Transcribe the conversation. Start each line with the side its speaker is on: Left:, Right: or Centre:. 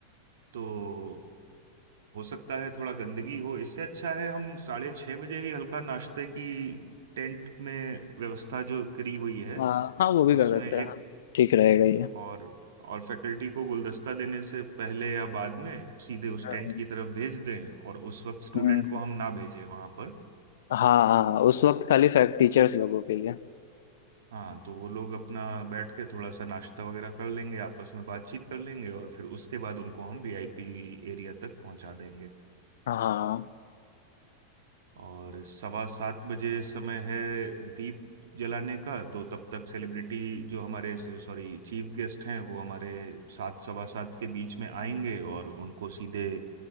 Right: तो हो सकता है थोड़ा गंदगी हो इससे अच्छा है हम साढ़े छह बजे ही हल्का नाश्ते की टेंट में व्यवस्था जो करी हुई है
Left: हाँ हाँ वो भी कर
Right: उसमें
Left: सकते
Right: एक
Left: हैं हाँ ठीक रहेगा ये
Right: और और फैकल्टी को गुलदस्ता देने से पहले या बाद में सीधे उस
Left: हम्म,
Right: टेंट की तरफ भेज दें और उस वक्त स्टूडेंट
Left: हम्म,
Right: को हम ना भेजें वहां पर
Left: हाँ हाँ हाँ उस वक्त खाली फैक टीचर्स लोगों के लिए
Right: हाँ तो वो लोग अपना बैठ के थोड़ा सा नाश्ता वगैरह कर लेंगे आपस में बातचीत कर लेंगे और फिर उसके बाद उनको हम वीआईपी एरिया तक पहुंचा देंगे
Left: हाँ हम्म।
Right: और सवा सात बजे समय है दीप जलाने का तो तब तक सेलिब्रिटी जो हमारे सॉरी चीफ गेस्ट हैं वो हमारे सात सवा सात के बीच में आएंगे और उनको सीधे